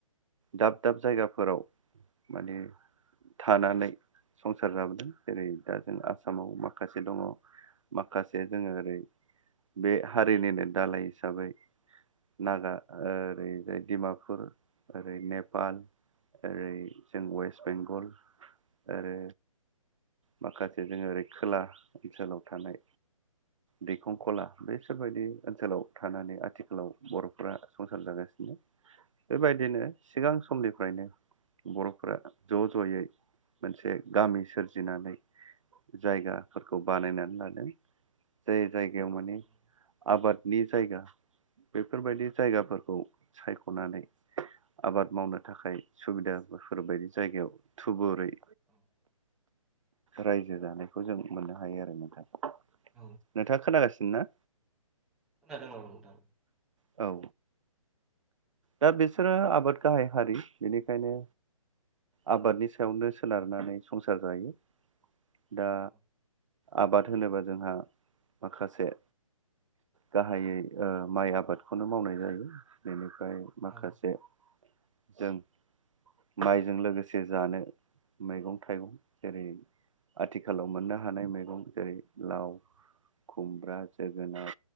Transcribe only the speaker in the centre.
औ
औ
औ
औ
खोनादों औ नोंथां
औ
औ